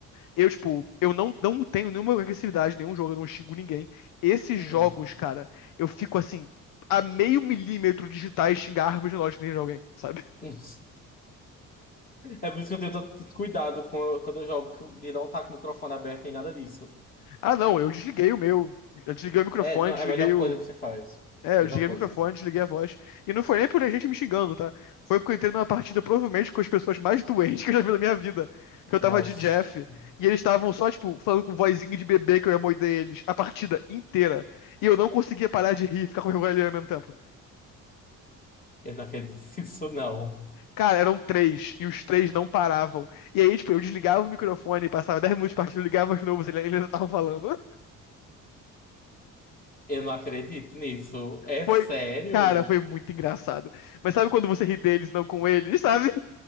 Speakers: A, on the left; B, on the left.
A: Eu, tipo, eu não, não tenho nenhuma agressividade, nenhum jogo, eu não xingo ninguém. Esses
B: Uhum.
A: jogos, cara, eu fico assim, a meio milímetro de digitar e xingar a árvore de lógica de alguém, sabe? <laughs>
B: <laughs> É por isso que eu tenho tanto cuidado com- quando eu jogo, que eu- de não estar com o microfone aberto nem nada disso.
A: Ah, não, eu desliguei o meu. Eu desliguei o microfone,
B: É, não,
A: desliguei
B: é a melhor
A: o.
B: coisa que você faz.
A: É,
B: Melhor
A: eu desliguei
B: coisa.
A: o microfone, desliguei a voz. E não foi nem por a gente me xingando, tá? Foi porque eu entrei numa partida provavelmente com as pessoas mais <laughs> doentes que eu já vi na minha vida. Que eu
B: Nossa,
A: tava de Jeff. E eles estavam só, tipo, falando com vozinha de bebê que eu ia morder eles. A partida inteira. E eu não conseguia parar de rir, ficar com vergonha ali ao mesmo tempo.
B: eu não acredito <laughs> nisso, não.
A: Cara, eram três. E os três não paravam. E aí, tipo, eu desligava o microfone, passava 10 minutos de partida, eu ligava de novo, eles eles ainda estavam falando.
B: Eu não acredito nisso. É
A: Foi.
B: sério?
A: Cara, foi muito engraçado. Mas sabe quando você ri deles, não com eles, sabe?